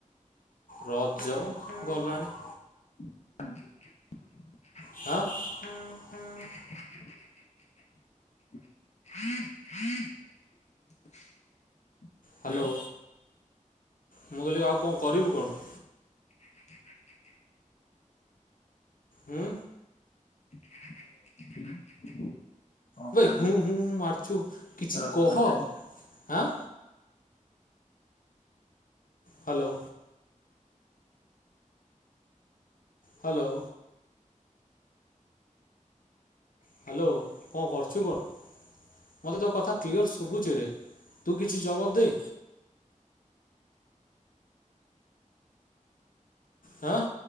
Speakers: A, on the left; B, on the left.
A: ରଜ ଗଲାଣି।
B: <inaudible>
A: ହାଁ। <inaudible>
B: <inaudible> <unintelligible>
A: ହ୍ୟାଲୋ ମୁଁ କହିଲି ଆଉ କଣ କରିଵୁ କଣ?
B: <inaudible>
A: ହୁଁ।
B: <inaudible>
A: ଆବେ
B: ପ୍ଲାନ
A: ହୁଁ ହୁଁ ମାରୁଛୁ କିଛି
B: ରଜ
A: କହ
B: ପାଇଁ କାଲି?
A: ଆଁ? ହ୍ୟାଲୋ। ହ୍ୟାଲୋ। ହ୍ୟାଲୋ। କଣ କରୁଛୁ କଣ? ମୋତେ ତୋ କଥା କ୍ଲିଅର ସବୁଛିରେ। ତୁ କିଛି ଜବାବ ଦେ। ହାଁ